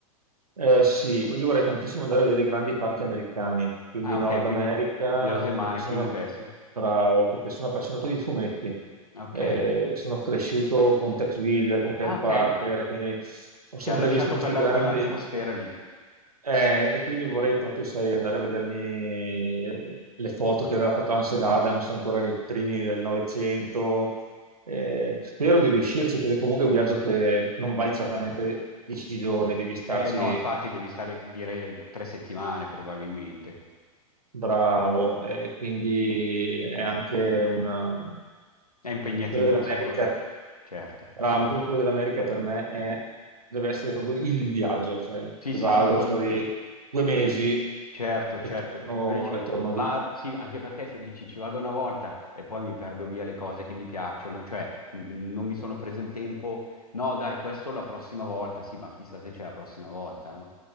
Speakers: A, on the right (about 85°); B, on the left (about 85°).
A: Eh, sì, io vorrei tantissimo andare a vedere i grandi parchi americani, quindi
B: Ah,
A: Nord
B: ok, quindi
A: America,
B: gli Yosemite,
A: perché sono
B: questi.
A: bravo, perché sono appassionato di fumetti.
B: Ok.
A: Eh, sono cresciuto con Tex Willer, con Ken
B: Ah, ok.
A: Parker, quindi ho sempre
B: Ti ha lasciato
A: visto questi
B: quella-
A: grandi.
B: quell'atmosfera lì.
A: Eh, e quindi vorrei proprio, sai, andare a vedermi le foto che aveva fatto Ansel Adams ancora nei primi del Novecento. Eh, spero di riuscirci, perché comunque è un viaggio che non vai certamente dieci giorni, devi starci
B: Eh no, infatti devi stare, direi, tre settimane probabilmente.
A: bravo. E quindi è anche una...
B: È impegnativo,
A: Quella dell'America,
B: sai, con... Certo.
A: bravo, proprio quello dell'America per me è- deve essere proprio il viaggio, sai?
B: Sì,
A: Vado,
B: sì, sì, con-
A: sto lì due mesi
B: Certo,
A: e
B: certo,
A: torno,
B: 12
A: e torno
B: va,
A: di
B: sì, anche perché se dici ci vado una volta e poi mi perdo via le cose che mi piacciono, cioè n- non mi sono preso il tempo, no dai, questo la prossima volta, sì, ma chissà se c'è la prossima volta, no?